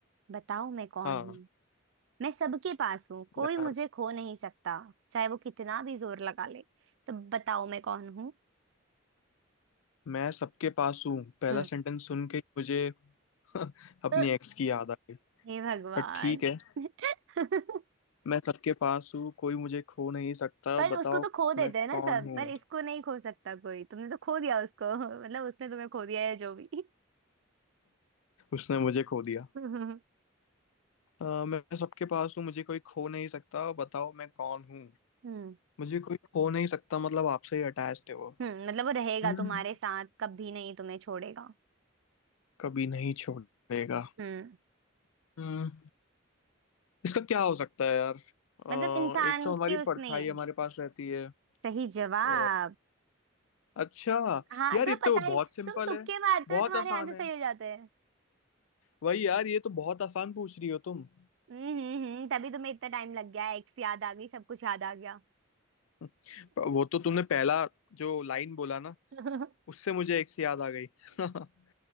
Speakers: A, on the right; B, on the left.
A: बताओ मैं कौन
B: हाँ
A: हूँ मैं सबके पास हूँ कोई
B: यार
A: मुझे खो नहीं सकता चाहे वो कितना भी जोर लगा ले तो बताओ मैं कौन हूँ
B: मैं सबके पास हूँ पहला
A: हम्म
B: सेंटेंस सुन के ही मुझे <laughs> अपनी
A: <laughs>
B: एक्स की याद आ गई
A: हे भगवान
B: पर ठीक है
A: <laughs>
B: मैं सबके पास हूँ कोई मुझे खो नहीं सकता
A: पर
B: बताओ
A: उसको तो खो देते
B: मैं
A: हैं ना
B: कौन
A: सब
B: हूँ
A: पर इसको नहीं खो सकता कोई तुमने तो खो दिया उसको <laughs> मतलब उसने तुम्हें खो दिया है जो भी <laughs>
B: उसने मुझे खो दिया
A: हम्म
B: अ, मैं सबके पास हूँ मुझे कोई खो नहीं सकता बताओ मैं कौन हूँ
A: हम्म
B: मुझे कोई खो नहीं सकता मतलब आपसे ही अटैच्ड है वो
A: हम्म, मतलब वो रहेगा
B: हम्म।
A: तुम्हारे साथ कभी नहीं तुम्हें छोड़ेगा
B: कभी नहीं छोड़ेगा
A: हम्म
B: हम्म इसका क्या हो सकता है यार अ,
A: मतलब इंसान
B: एक तो
A: के
B: हमारी
A: उसमें
B: परछाई
A: ही है
B: हमारे पास रहती है
A: सही जवाब
B: और अच्छा
A: हाँ
B: यार
A: तुम्हें
B: ये तो
A: पता ही
B: बहुत सिंपल
A: तुम तुक्के
B: है
A: मारते
B: बहुत
A: हो तुम्हारे
B: आसान
A: आंसर
B: है
A: सही हो जाते हैं
B: वही यार ये तो बहुत आसान पूछ रही हो तुम
A: हम्म हम्म हम्म, तभी तुम्हें इतना टाइम लग गया एक्स याद आ गई सब कुछ याद आ गया
B: <laughs> पर वो तो तुमने पहला जो लाइन बोला ना
A: <laughs>
B: उससे मुझे एक से याद आ गई <laughs>